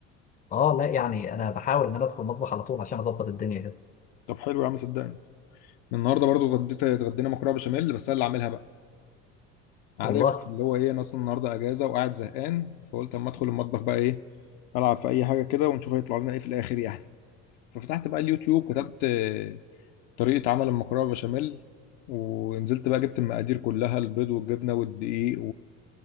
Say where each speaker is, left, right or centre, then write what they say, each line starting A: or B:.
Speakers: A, on the left; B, on the left.
A: اه لا يعني انا بحاول ان انا ادخل المطبخ على طول عشان اظبط الدنيا كده
B: طب حلو يا عم صدقني النهارده برضو اتغديت اتغدينا مكرونه بشاميل بس انا اللي عاملها بقى عارف
A: والله
B: اللي هو ايه انا اصلا النهارده اجازه وقاعد زهقان فقلت اما ادخل المطبخ بقى ايه العب في اي حاجه كده ونشوف هيطلع لنا ايه في الاخر يعني ففتحت بقى اليوتيوب كتبت آه، طريقه عمل المكرونه بشاميل ونزلت بقى جبت المقادير كلها البيض والجبنه والدقيق